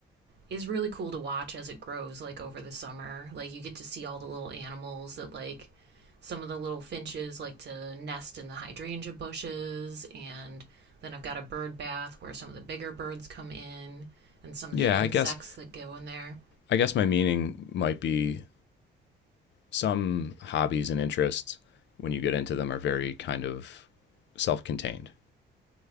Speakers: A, on the right; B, on the left.
A: is really cool to watch as it grows like over the summer. Like you get to see all the little animals that like some of the little finches like to nest in the hydrangea bushes and then I've got a bird bath where some of the bigger birds come in and some of
B: Yeah,
A: the insects
B: I guess,
A: that go in there.
B: I guess my meaning might be some hobbies and interests when you get into them are very kind of self-contained